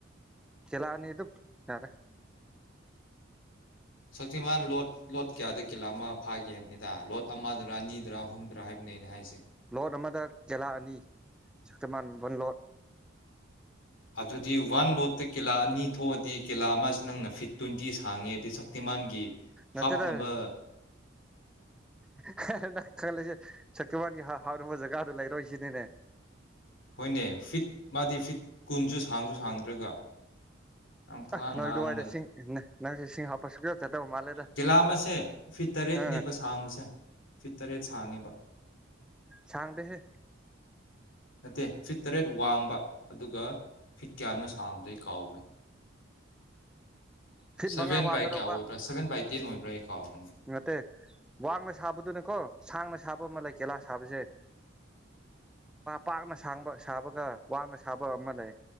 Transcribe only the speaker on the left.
ꯁꯛꯇꯤꯃꯥꯟ ꯂꯣꯠ ꯂꯣꯠ ꯀꯌꯥꯗ ꯀꯤꯂꯥ ꯑꯃ ꯐꯥꯒꯦ ꯍꯥꯏꯕꯅꯤꯗ ꯂꯣꯠ ꯑꯃꯗꯔꯥ ꯑꯅꯤꯗꯔꯥ ꯑꯍꯨꯝꯗ꯭ꯔꯥ ꯍꯥꯏꯕꯅꯤ ꯑꯩꯅ ꯍꯥꯏꯁꯦ
ꯑꯗꯨꯗꯤ ꯋꯥꯟ ꯂꯣꯠꯇ ꯀꯤꯂꯥ ꯑꯅꯤ ꯊꯣꯛꯑꯗꯤ ꯀꯤꯂꯥ ꯑꯃꯁꯤ ꯅꯪꯅ ꯐꯤꯠ ꯇ꯭ꯋꯦꯟꯇꯤ ꯁꯥꯡꯉꯦꯗꯤ ꯁꯛꯇꯤꯃꯥꯟꯒꯤ
ꯍꯥꯞꯅꯕ
ꯍꯣꯏꯅꯦ ꯐꯤꯠ ꯃꯥꯗꯤ ꯐꯤꯠ ꯀꯨꯟꯁꯨ ꯁꯥꯡꯁꯨ ꯁꯥꯡꯗ꯭ꯔꯒ ꯌꯥꯝ ꯄꯨꯡꯉꯥꯡ
ꯉꯥꯡꯗꯅ
ꯀꯤꯂꯥ ꯑꯃꯁꯦ ꯐꯤꯠ ꯇꯔꯦꯠꯅꯦꯕ
ꯁꯥꯡꯕꯁꯦ ꯐꯤꯠ ꯇꯔꯦꯠ ꯁꯥꯡꯉꯦꯕ
ꯅꯠꯇꯦ ꯐꯤꯠ ꯇꯔꯦꯠ ꯋꯥꯡꯕ ꯑꯗꯨꯒ ꯐꯤꯠ ꯀꯌꯥꯅꯣ ꯁꯥꯡꯕꯗꯩ ꯀꯥꯎꯈ꯭ꯔꯦ
ꯁꯚꯦꯟ
ꯕꯥꯏ ꯀꯌꯥ ꯑꯣꯏꯕ꯭ꯔꯥ ꯁꯚꯦꯟ ꯕꯥꯏ ꯇꯦꯟ ꯑꯣꯏꯕ꯭ꯔꯥ ꯀꯥꯎꯈ꯭ꯔꯅꯤ